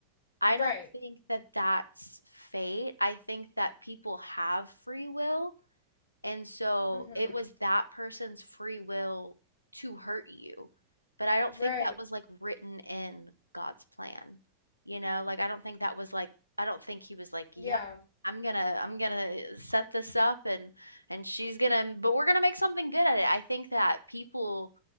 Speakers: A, on the left; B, on the left.
A: I
B: right
A: don't think that that's fate. I think that people have free will and so
B: mm-hmm
A: it was that person's free will to hurt you. But I don't
B: right
A: think that was like written in God's plan. You know, like I don't think that was like I don't think he was like, "Yep,
B: yeah
A: I'm gonna I'm gonna set this up and and she's gonna but we're gonna make something good at it." I think that people